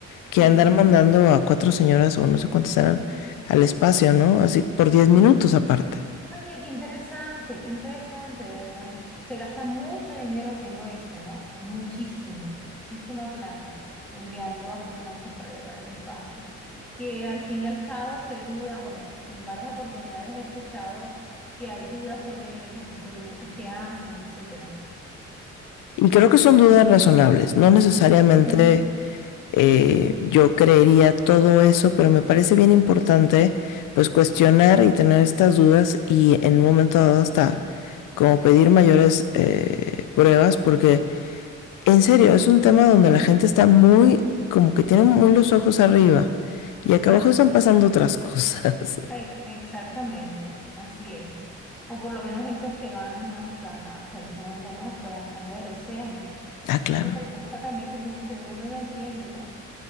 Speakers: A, on the left; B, in the centre.
A: que
B: Sí,
A: andar mandando
B: sí.
A: a cuatro señoras o no sé cuántas eran al espacio, ¿no? Así por 10 minutos aparte.
B: Oye, qué interesante, qué interesante, de verdad. Se gasta mucho dinero haciendo eso, ¿no? Muchísimo, muchísima plata, enviando astronautas para allá, para el espacio. Que al fin y al cabo se duda, bueno, en varias oportunidades he escuchado que hay dudas sobre los descubrimientos que hacen, etcétera.
A: Y creo que son dudas razonables. No necesariamente
B: Ujú.
A: eh, yo creería todo eso, pero me parece bien importante pues cuestionar y tener estas dudas y en un momento dado hasta como pedir mayores eh, pruebas, porque en serio es un tema donde la gente está muy, como que tiene muy los ojos arriba y acá
B: Ah,
A: abajo
B: sí.
A: están pasando otras cosas. <laughs>
B: E- Exactamente, así es. O por lo menos esos que van hasta, hasta el fondo, ¿no? Hasta el fondo del océano.
A: Ah, claro.
B: Esa es otra cosa también que, tú- que uno no entiende, ¿no?